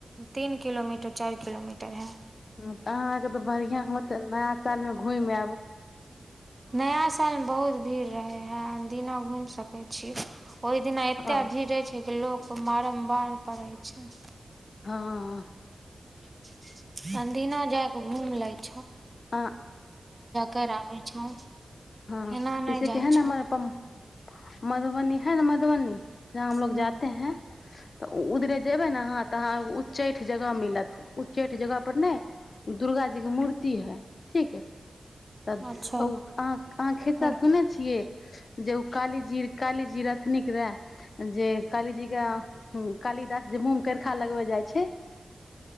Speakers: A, on the right; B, on the left.
A: तीन कमर चार किलोमीटर तऽह <inaudible>
B: ह तऽ अहाँके तऽ बढ़िआँ होतै नया सालमे घुमि आयब
A: नया सालमे बहुत भीड़ रहै हइ अदिना घुमि सकै छी ओहि दिना एतेक
B: हँ
A: भीर रहै छै लोक मारमबार पड़ै छै
B: हँ आ
A: <unintelligible> अदीना जाय क घूम ले छी
B: अ
A: कर आबे छौ
B: हँ
A: एना
B: जैसे
A: नै
B: की
A: जाय
B: है न
A: छौ
B: हमर अपन मधुबनी है ने मधुबनी जहा हम लोग
A: हूँ
B: जाे हैं तऽ उधरे जेबे ने अहा तहाँ उच्चैठ जगह मिलत उच्चैठ जगह पर ने दुर्गा जी के मूर्ति इ है ठीक हइ तब
A: अच्छा
B: ओ अहाँ खिस्सा
A: ह
B: सुनै छियै जे ओ कालीजी कालीजी रहथिनक रहाअ जे कालीजीके कालिदास जे मुूँह करखा लगबै जाइ छै